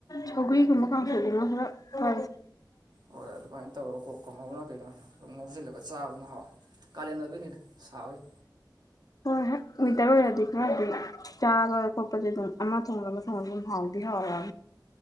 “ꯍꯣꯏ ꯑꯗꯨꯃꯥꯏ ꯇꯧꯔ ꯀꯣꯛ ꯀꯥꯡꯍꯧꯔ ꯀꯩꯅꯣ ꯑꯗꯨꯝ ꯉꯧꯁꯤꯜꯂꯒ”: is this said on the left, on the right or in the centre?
Right